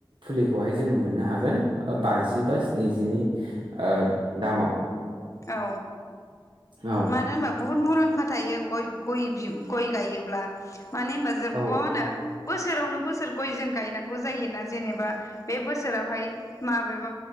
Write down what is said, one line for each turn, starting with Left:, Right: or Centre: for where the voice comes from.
Right: फुलिखौहाय जोङो मोननो हागोन ओ बाजि बा स्निजिनि ओ दामाव।
Left: औ।
Right: औ
Left: मानो होनबा बुहुत मुलाम्फा थायो गय गय गय गायोब्ला। माने होनबा जोबबो
Right: औ
Left: होनो बोसोरावनो बोसोर गय जों गायनांगौ जायोना जेनेबा बे बोसोरावहाय माबेबा